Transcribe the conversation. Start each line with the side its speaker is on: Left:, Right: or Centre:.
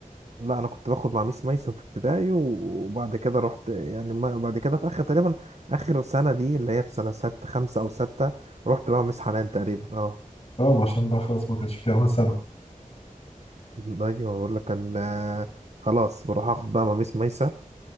Right: لا انا كنت باخد مع ميس ميسن في ابتدائي وبعد كده رحت يعني ما- بعد كده في اخر تقريبا اخر سنه دي اللي هي في سنه ستة خمسة او ستة رحت بقى مع ميس حنان تقريبا اه
Left: اه ما عشان بقى خلاص ما كانش فيها اول سنه
Right: <laughs> ايوه بقول لك كان آه، خلاص بروح اخد بقى مع ميس ميسة